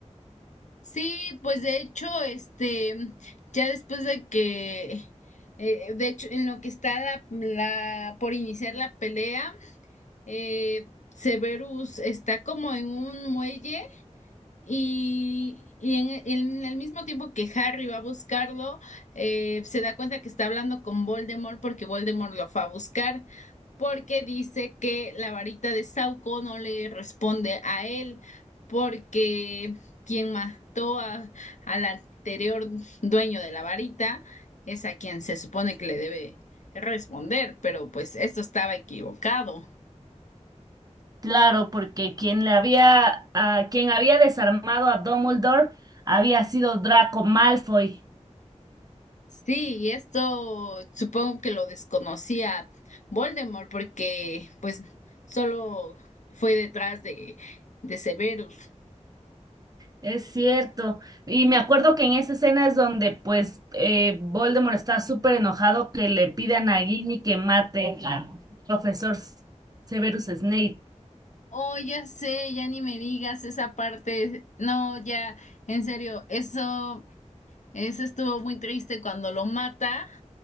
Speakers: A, on the left; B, on the right.
A: Sí, pues de hecho, este, ya después de que, eh, de hecho, en lo que está la, la- por iniciar la pelea, eh, Severus está como en un muelle y, y en, en el mismo tiempo que Harry va a buscarlo, eh, se da cuenta que está hablando con Voldemort porque Voldemort lo fue a buscar, porque dice que la varita de Sauco no le responde a él, porque quien mató a, al anterior dueño de la varita es a quien se supone que le debe responder, pero pues esto estaba equivocado.
B: Claro, porque quien le había, a quien había desarmado a Dumbledore había sido Draco Malfoy.
A: Sí, y esto supongo que lo desconocía Voldemort porque pues solo fue detrás de, de Severus.
B: Es cierto. Y me acuerdo que en esa escena es donde pues eh, Voldemort está súper enojado que le pidan a Nagini que mate al profesor Severus Snape.
A: Oh, ya sé, ya ni me digas esa parte. No, ya, en serio, eso, eso estuvo muy triste cuando lo mata